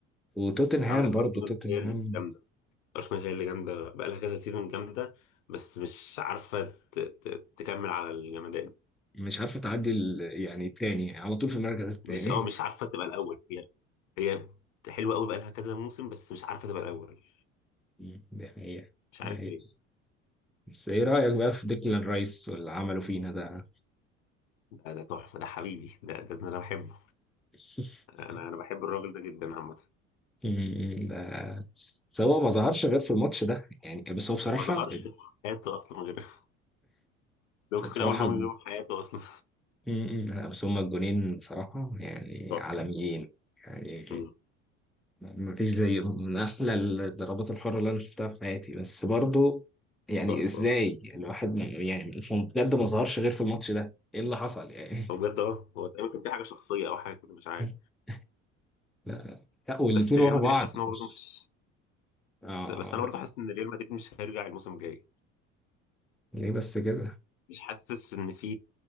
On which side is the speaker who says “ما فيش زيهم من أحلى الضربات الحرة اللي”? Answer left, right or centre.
Centre